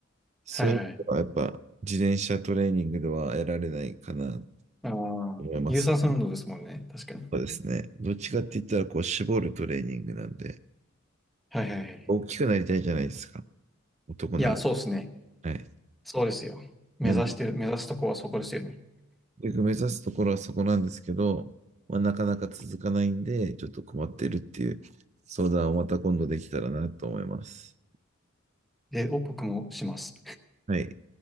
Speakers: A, on the right; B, in the centre.
A: そういうのはやっぱ自転車トレーニングでは得られないかなと
B: はいはい。ああ、
A: 思います。
B: 有酸素運動ですもんね。確かに。
A: そうですね。どっちかって言ったらこう絞るトレーニングなんで、
B: はいはいはいはい。
A: 大きくなりたいじゃないですか。男なら。
B: いや、そうですね。
A: はい。
B: そうですよ。目指してる、
A: なんで、
B: 目指すとこはそこですよね。
A: 結局目指すところはそこなんですけど、まあ、なかなか続かないんで、ちょっと困ってるっていう相談をまた今度できたらなと思います。
B: で、お、僕もします。
A: はい。